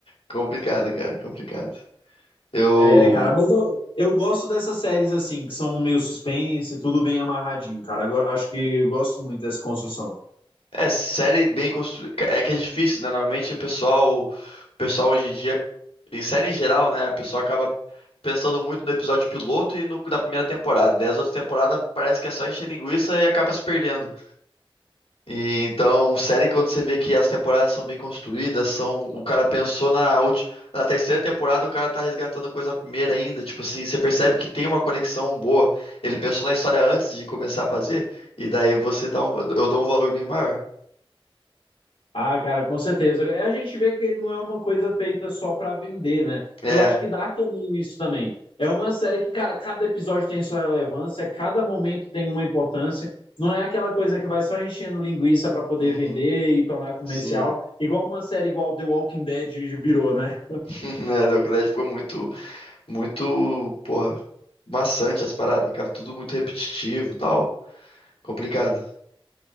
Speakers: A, on the left; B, on the left.
A: Complicado, cara, complicado. Eu
B: É, cara, mas eu, eu gosto dessas séries assim, que são meio suspense, tudo bem amarradinho, cara. Agora, acho que eu gosto muito dessa construção.
A: É, série bem construída. É que é difícil, né? Normalmente o pessoal, o pessoal hoje em dia, em série em geral, né? A pessoa acaba pensando muito no episódio piloto e no da primeira temporada. Daí as outras temporadas parece que é só encher linguiça e acaba se perdendo. E, então, série que quando você vê que as temporadas são bem construídas, são o cara pensou na última, na terceira temporada, o cara tá resgatando coisa da primeira ainda, tipo assim, você percebe que tem uma conexão boa. Ele pensou na história antes de começar a fazer e daí você dá um... eu dou um valor bem maior.
B: Ah, cara, com certeza. É, a gente vê que não é uma coisa feita só pra vender, né?
A: É.
B: Eu acho que Dark é meio isso também. É uma série que, cara, cada episódio tem sua relevância, cada momento tem uma importância. Não é aquela coisa que vai só enchendo linguiça pra poder
A: Uhum,
B: vender e tornar comercial,
A: sim.
B: igual uma série igual The Walking Dead virou, né?
A: <laughs> É, Dark Knight ficou muito, muito, porra, maçante as paradas, ficava tudo muito repetitivo e tal, complicado.